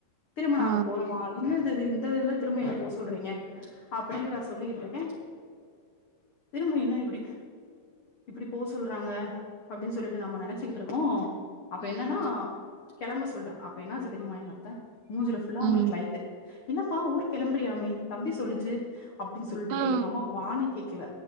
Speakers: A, on the left; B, on the right.
A: திரும்ப நா
B: ஆ,
A: அங்க போனுமா இன்னதது இதுல திரும்ப ஏ போ சொல்றீங்க அப்டின்னு நா சொல்லிக்கிட்ருக்கே திரும்ப என்ன எப்புடி இப்புடி போ சொல்றாங்க அப்டின்னு சொல்லிட்டு நம்ம நெனச்சிக்கிட்ருக்கோ அப்ப
B: ம்,
A: என்னன்னா கெளம்ப சொல்டாங்க அப்ப என்னாச்சு தெரியுமா எங்க அத்த மூஞ்சுல புல்லா
B: ம்.
A: அவுங்களுக்கு லைட்டு என்னப்பா ஊர்க் கெளம்பறியாமே தம்பி சொல்லுச்சு அப்டின் சொல்ட்டு
B: ஆ.
A: எங்க அம்மாவ வாணி கேக்ல